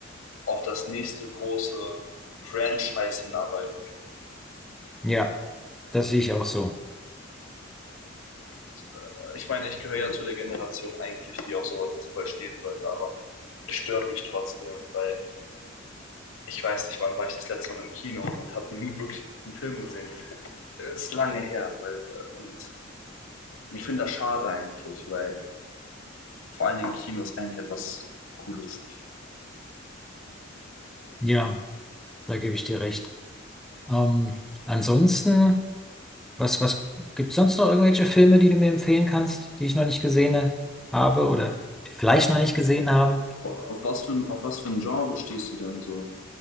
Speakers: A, on the left (about 90°); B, in the centre.
A: auf das nächste große Franchise hinarbeiten.
B: Ja, das sehe ich auch so.
A: Und äh, ich meine, ich gehöre ja zu der Generation eigentlich, die auch so etwas verstehen sollte, aber es stört mich trotzdem, weil ich weiß nicht, wann war ich das letzte Mal im Kino und habe einen wirklich guten Film gesehen. Das ist lange her, weil, äh, und ich finde das schade eigentlich, weil vor allen Dingen Kino ist eigentlich etwas Cooles.
B: Ja, da gebe ich dir recht. Ähm, ansonsten. Was, was gibt's sonst noch irgendwelche Filme, die du mir empfehlen kannst, die ich noch nicht gesehen äh, habe oder die vielleicht noch nicht gesehen habe?
A: Auf was für ein, auf was für ein Genre stehst du denn so?